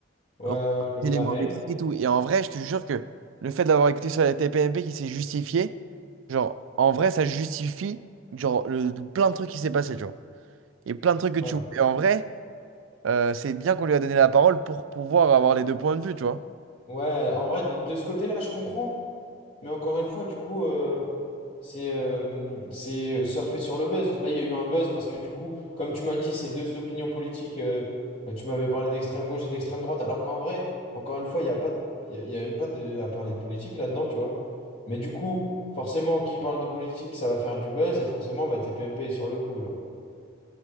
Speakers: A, on the left; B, on the right.
A: ouais,
B: reprochait
A: ouais, le blâmer.
B: les mauvais trucs et tout. Et en vrai, je te jure que le fait d'avoir écouté sur la TPMP qui s'est justifié, genre en vrai, ça justifie genre le, plein de trucs qui s'est passé, tu vois. Et plein de trucs que
A: Ouais,
B: tu vois. Et en vrai, euh, c'est bien qu'on lui a donné la parole pour pouvoir avoir les deux points de vue, tu vois.
A: ouais. En vrai, de, de ce côté-là, je comprends. Mais encore une fois, du coup, euh, c'est euh, c'est euh, surfer sur le buzz. Là, il y a eu un buzz parce que, du coup, comme tu m'as dit, c'est deux opinions politiques. euh, tu m'avais parlé d'extrême gauche et d'extrême droite, alors qu'en vrai, encore une fois, il n'y a pas de- il y a, il y a même pas de, à parler de politique là-dedans, tu vois. Mais du coup, forcément, qui parle de politique, ça va faire du buzz et forcément, bah, TPMP est sur le coup, genre.